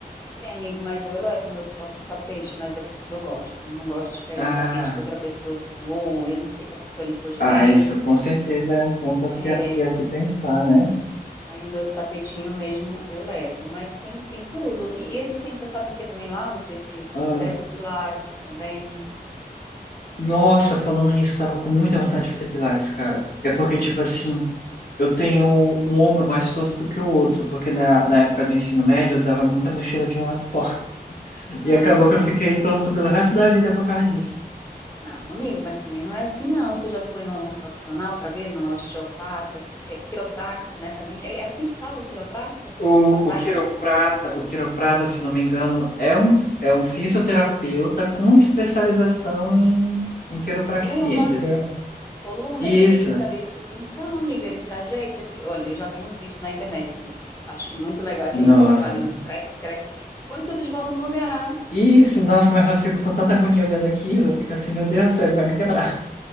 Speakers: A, on the left; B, on the left.
A: Tem amigo, mas eu levo o meu próprio tapete, mas é porque eu gosto. Eu não gosto de pegar
B: Ah,
A: um tapete que outra pessoa suou, eu não sei se a pessoa limpou direito.
B: ah, isso com certeza é um ponto a
A: É,
B: se, a se pensar, né?
A: aí o meu tapetinho mesmo eu levo, mas tem, tem tudo. E eles têm, sabe o que também lá? Não sei se te
B: Ah,
A: interessa, Pilates também.
B: nossa, falando nisso, eu tava com muita vontade de fazer pilates, cara. É porque, tipo assim, eu tenho um ombro mais torto do que o outro, porque na, na época do ensino médio eu usava muita mochila de um lado só. <laughs>
A: Ah,
B: E acabou que eu fiquei torto pelo resto da vida por causa disso.
A: Não, amigo, mas também não é assim, não. Tu já foi num, num profissional para ver, num osteopata, qui- é quiropracta, né? Também é, é assim que fala, quiropracta?
B: O,
A: Quiropracta,
B: o quiroprata, o quiroprata, se eu não me engano, é um, é um fisioterapeuta com especialização em, em quiropraxia,
A: coluna,
B: entendeu?
A: coluna,
B: Isso.
A: ele é especialista. Então, amiga, ele te ajeita. que- Olha, eu já vi uns vídeos na internet. Ele, eu acho muito legal aqueles
B: Nossa.
A: estralinhos, crack, crack. Põe tudo de volta no lugar.
B: Isso, nossa, mas eu fico com tanta agonia olhando aquilo, eu fico assim, meu Deus do céu, ele vai me quebrar.